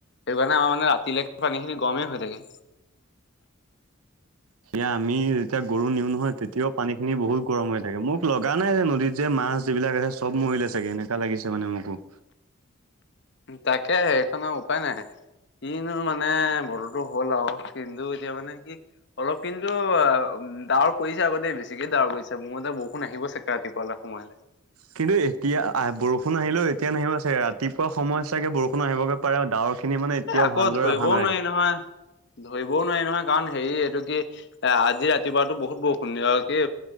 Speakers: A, on the left (about 55°); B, on the right (about 80°).
A: সেইকাৰণে আমাৰ মানে ৰাতিলৈকে পানীখিনি গৰমেই হৈ থাকে <unintelligible>
B: সয়া আমি যেতিয়া গৰু নিও নহয় তেতিয়াও পানী খিনি বহুত গৰম হৈ থাকে মোক লগা নাই যে নদীত যে মা মাছ যিবিলাক আছে চব মৰিলে চাগে এনেকা লাগিছে মানে মোকো
A: তাকে সেইখনৰ উপায় নাই কিনো মানে বতৰতো হ'ল আৰু কিন্তু এতিয়া মানে কি অলপ কিন্তু ডাৱৰ কৰিছে আগতে বেছিকে ডাৱৰ কৰিছে মোৰ এয়া বৰষুণ আহিব চাগে ৰাতিপুৱালৈ সময়লৈ
B: কিন্তু এতিয়া আহ বৰষুণ আহিলেও এতিয়া নাহিব চাগে ৰাতিপুৱা সময় চাগে বৰষুণ আহিবগে পাৰে আৰু ডাৱৰ খিনি মানে এতিয়াও
A: আকৌ
B: ভালদৰে
A: ধৰিবও
B: অহা নাই
A: নোৱাৰি নহয় ধৰিবও নোৱাৰি নহয় কাৰণ হেৰি এইটো কি এ আজি ৰাতিপুৱাতো বহুত বহু সুন্দ আৰু কি